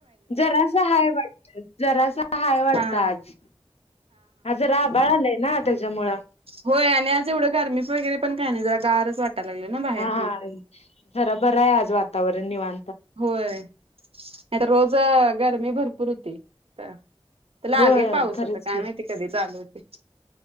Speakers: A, on the left (about 80°); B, on the right (about 70°).
A: जरास हय वाटत जरासाहााय वाटतच
B: हा
A: हा ज राबळ आलाय ना त्याच्यामुळं
B: होय आणि आज एवढं गर्मी वगैरे पण काय नाही गारच वाटायला लागले ना बाहेर
A: हा हा
B: पण
A: जरा बर आहे आज वाात तवर्रेनीव अ
B: होय आणि रोज गरमी भरपूर होती तर लागेल
A: होय
B: पाऊस
A: खरंच
B: आता काय
A: की
B: माहिती कधी चालू ब